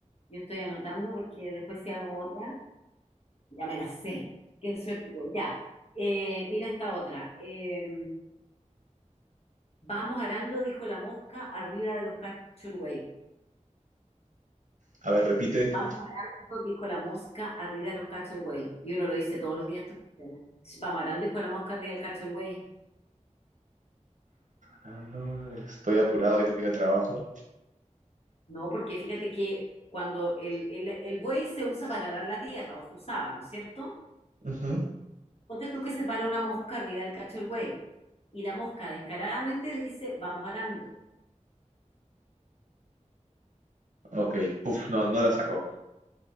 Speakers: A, on the left (about 50°); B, on the right (about 75°).
A: yo estoy anotando porque después si hago otra, ya me la sé. Qué suerte. voy. Ya. Eh, mira esta otra. Eh, vamos arando, dijo la mosca, arriba de los cachos el güey.
B: A ver, repite.
A: Vamos arando, dijo la mosca, arriba de los cachos el güey. Y uno lo dice todos los días. todos los días. ¿no? Vamos arando, dijo la mosca, arriba del cacho el güey.
B: Ah, no, estoy apurado, hoy tengo que ir al trabajo.
A: No, porque fíjate que cuando el, el, el buey se usa para arar la tierra, o se usaba, ¿no es cierto?
B: Ujú.
A: Ponte tú que se para una mosca arriba del cacho del buey y la mosca descaradamente dice, vamos arando.
B: Ok, puf, no, no la sacó.